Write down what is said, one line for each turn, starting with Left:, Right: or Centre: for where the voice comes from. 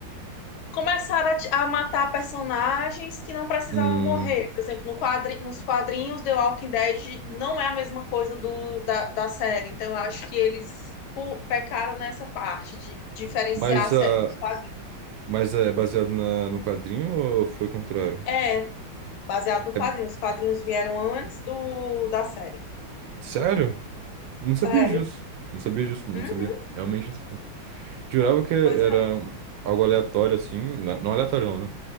Left: Começaram a, t- a matar personagens que não precisavam
Right: Hum,
Left: morrer. Por exemplo, no quadri, nos quadrinhos The Walking Dead não é a mesma coisa do, da, da série. Então eu acho que eles pu- pecaram nessa parte de diferenciar
Right: mas,
Left: a série
Right: a,
Left: dos quadrinhos.
Right: mas é baseado na, no quadrinho ou foi o contrário?
Left: É, baseado no
Right: É-
Left: quadrinho. Os quadrinhos vieram antes do, da série.
Right: sério? Não sabia
Left: Sério?
Right: disso. Não sabia disso, não
Left: Uhum,
Right: sabia. Realmente não sabia. Jurava que era
Left: pois é.
Right: algo aleatório, assim. na- Não aleatório, não, né?